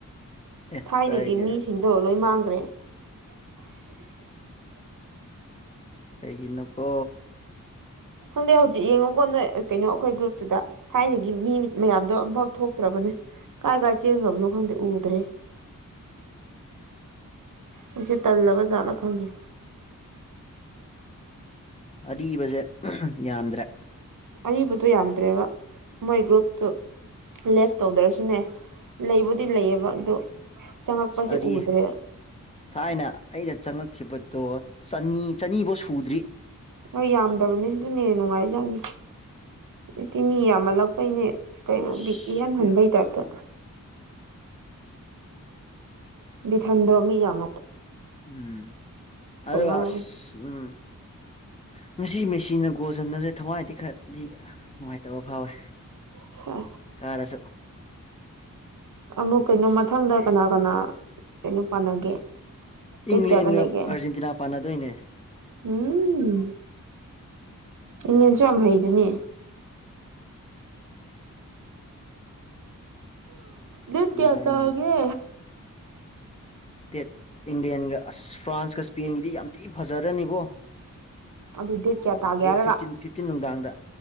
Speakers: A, on the left; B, on the right.
A: ꯑꯦ
B: ꯊꯥꯏꯗꯒꯤ
A: ꯀꯩꯒꯤ
B: ꯃꯤ ꯁꯤꯡꯗꯣ ꯂꯣꯏ ꯃꯥꯡꯈ꯭ꯔꯦ <inaudible> ꯎ
A: ꯀꯩꯒꯤꯅꯨ ꯀꯣ
B: ꯈꯪꯗꯦ ꯍꯧꯖꯤꯛ ꯌꯦꯡꯉꯨꯀꯣ ꯅꯣꯏ ꯀꯩꯅꯣ ꯑꯩꯈꯣꯏ ꯒ꯭ꯔꯨꯞꯇꯨꯗ ꯊꯥꯏꯅꯒꯤ ꯃꯤ ꯃꯌꯥꯝꯗꯣ ꯑꯝꯐꯥꯎ ꯊꯣꯛꯇ꯭ꯔꯕꯅꯦ ꯀꯥꯏ ꯀꯥꯏ ꯆꯦꯟꯕꯅꯣ ꯈꯪꯗꯦ ꯎꯗ꯭ꯔꯦ ꯃꯁꯤ ꯇꯜꯂꯕꯖꯥꯠꯂ ꯈꯪꯗꯦ
A: ꯑꯕꯁꯦ ꯌꯥꯝꯗ꯭ꯔꯦ
B: ꯑꯔꯤꯕꯗꯨꯣ ꯌꯥꯝꯗ꯭ꯔꯦꯕ ꯃꯣꯏ ꯒ꯭ꯔꯨꯞꯇꯨ ꯂꯦꯐ ꯇꯧꯗ꯭ꯔꯁꯨꯅꯦ ꯂꯩꯕꯨꯗꯤ ꯂꯩꯌꯦꯕ ꯑꯗꯨꯣ ꯆꯪꯉꯛꯄꯁꯦ
A: ꯑꯁ ꯑꯔꯤ
B: ꯎꯗ꯭ꯔꯦ
A: ꯊꯥꯏꯅ ꯑꯩꯅ ꯆꯪꯉꯛꯈꯤꯕꯗꯣ ꯆꯅꯤ ꯆꯅꯤꯐꯧ ꯁꯨꯗ꯭ꯔꯤ
B: ꯍꯣꯏ ꯌꯥꯝꯗꯕꯅꯤ ꯑꯗꯨꯅꯦ ꯅꯨꯡꯉꯥꯏꯖꯅꯤ ꯑꯗꯨꯛꯇꯤ ꯃꯤ ꯌꯥꯝꯃꯜꯂꯛꯄꯩꯅꯦ ꯀꯩꯅꯣ
A: ꯎꯁ
B: ꯏꯍꯥꯟ
A: ꯍꯧꯖꯤꯛꯇꯤ
B: ꯍꯟꯕꯩꯇꯗ ꯕꯤꯊꯟꯗꯣ ꯃꯤ ꯌꯥꯝ
A: ꯎꯝ ꯑ
B: ꯉꯥꯎꯋꯦ
A: ꯎꯝ ꯉꯁꯤ ꯃꯦꯆꯤꯟꯅ ꯒꯣꯜꯁꯤꯟꯅꯕꯁꯦ ꯊꯋꯥꯏꯗꯤ ꯈꯔꯗꯤ ꯅꯨꯡꯉꯥꯏꯇꯕ ꯐꯥꯎꯋꯦ
B: ꯁꯦꯁ
A: ꯀꯥꯔꯁꯨ
B: ꯑꯃꯨꯛ ꯀꯩꯅꯣ ꯃꯊꯪꯗ ꯀꯅꯥ ꯀꯅꯥ ꯀꯩꯅꯣ ꯄꯥꯟꯅꯒꯦ ꯗꯦꯠ
A: ꯏꯪꯂꯦꯟꯒ
B: ꯀꯌꯥꯗ ꯂꯩꯒꯦ
A: ꯑꯥꯔꯖꯦꯟꯇꯤꯅꯥ ꯄꯥꯟꯅꯗꯣꯏꯅꯦ
B: ꯎꯝ ꯏꯪꯂꯪꯂꯦꯟꯁꯨ ꯌꯥꯝ ꯍꯩꯗꯨꯅꯦ ꯠ ꯀꯌꯥ
A: ꯂꯟ
B: ꯇꯑꯒꯦ
A: ꯗꯦꯠ ꯏꯪꯂꯪꯂꯦꯟꯒ ꯑꯁ ꯐ꯭ꯔꯥꯟꯁꯀ ꯏꯁꯄꯦꯟꯒꯤꯗꯤ ꯌꯥꯝ ꯊꯤ ꯐꯖꯔꯅꯤꯕꯣ
B: ꯑꯗꯨ ꯗꯦꯠ ꯀꯌꯥ ꯇꯥꯒꯦꯔꯒ
A: ꯗꯦꯠ ꯐꯤꯞꯇꯤꯟ ꯐꯤꯞꯇꯤꯟ ꯅꯨꯡꯗꯥꯡꯗ